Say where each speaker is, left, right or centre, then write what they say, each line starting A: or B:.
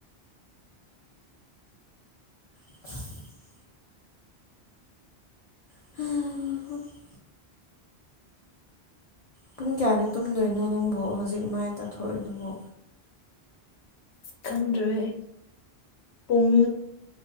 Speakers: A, on the left (about 55°); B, on the left (about 80°).
A: <inaudible> <unintelligible> ꯄꯨꯡ ꯀꯌꯥꯅ ꯇꯨꯝꯗꯣꯏꯅꯣ ꯅꯪꯕꯨ ꯍꯧꯖꯤꯛ ꯃꯥꯏ ꯇꯥꯊꯣꯛꯏꯗꯨꯕꯨ꯫
B: ꯈꯪꯗ꯭ꯔꯦ ꯑꯩ꯫ ꯄꯨꯡ